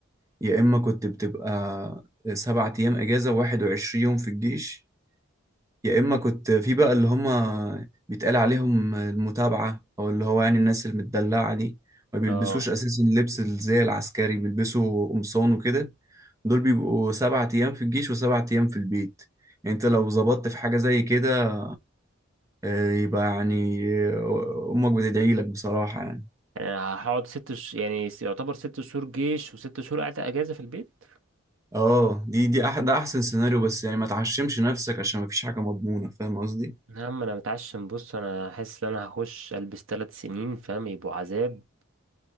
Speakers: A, on the right; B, on the right.
A: يا إما كنت بتبقى سبعة أيام إجازة وواحد وعشرين يوم في الجيش يا إما كنت في بقى اللي هما بيتقال عليهم المتابعة أو اللي هو يعني الناس المدلعة دي ما بيلبسوش
B: اه
A: أساسا اللبس زي العسكري بيلبسوا قمصان وكده دول بيبقوا سبعة أيام في الجيش وسبعة أيام في البيت يعني أنت لو ظبطت في حاجة زي كده آه، يبقى يعني آه، أمك بتدعي لك بصراحة يعني
B: انا هقعد ست ش... يعني س- يعتبر ست شهور جيش وست شهور قاعده اجازه في البيت
A: اه دي دي أح ده أحسن سيناريو بس يعني ما تعشمش نفسك عشان ما فيش حاجة مضمونة فاهم قصدي؟
B: يا عم انا متعشم بص انا حاسس ان انا هخش البس ثلاث سنين فاهم يبقوا عذاب